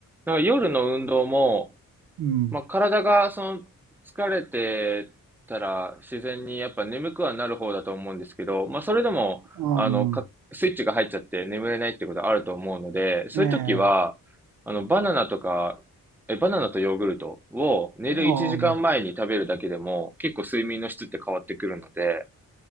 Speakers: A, in the centre; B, on the right.
A: なんか夜の運動も、
B: うん。
A: まあ、体がその疲れてたら自然にやっぱ眠くはなる方だと思うんですけど、まあ、それでも、
B: うん。
A: あの、か、スイッチが入っちゃって眠れないってことあると思うので、そういう時は、
B: ええ。
A: あの、バナナとか、え、バナナとヨーグルトを寝る1時間前に食べるだけでも結構睡眠の質って変わってくるので、
B: うん。